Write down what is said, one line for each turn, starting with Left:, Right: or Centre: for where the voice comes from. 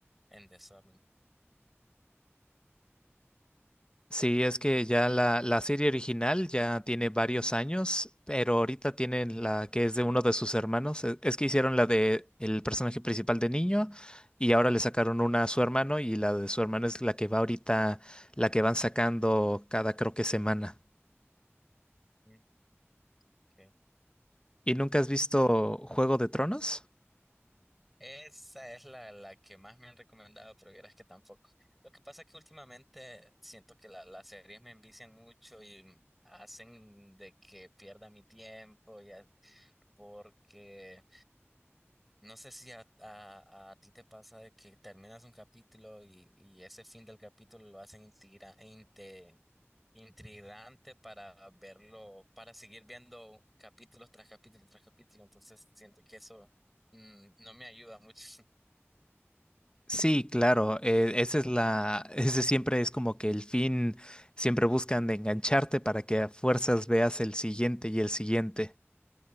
Centre: en desorden.
Left: Sí, es que ya la, la serie original ya tiene varios años, pero ahorita tienen la que es de uno de sus hermanos. Es, es que hicieron la de el personaje principal de niño y ahora le sacaron una a su hermano y la de su hermano es la que va ahorita, la que van sacando cada creo que semana.
Centre: Mm, ok.
Left: ¿Y nunca has visto Juego de Tronos?
Centre: Esa es la, la que más me han recomendado, pero vieras que tampoco. Lo que pasa es que últimamente siento que la- las series me envician mucho y hacen de que pierda mi tiempo, ya, porque No sé si a, a- a ti te pasa de que terminas un capítulo y, y ese fin del capítulo lo hacen intrigra- inte- intrigante para verlo, para seguir viendo capítulos tras capítulo tras capítulo. Entonces siento que eso mm, no me ayuda mucho. <laughs>
Left: Sí, claro, eh, esa es la, <laughs> ese siempre es como que el fin, siempre buscan engancharte para que a fuerzas veas el siguiente y el siguiente.